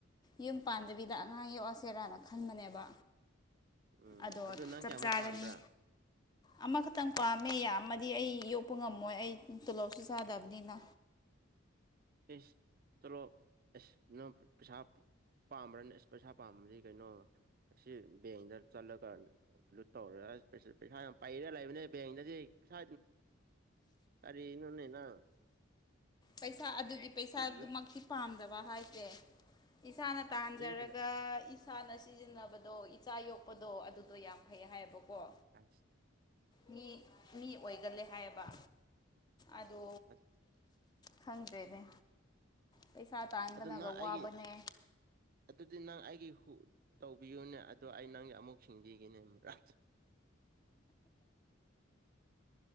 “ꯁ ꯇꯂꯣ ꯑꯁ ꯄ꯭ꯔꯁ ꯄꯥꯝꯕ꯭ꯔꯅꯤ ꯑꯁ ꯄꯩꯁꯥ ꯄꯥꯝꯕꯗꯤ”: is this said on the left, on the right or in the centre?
Right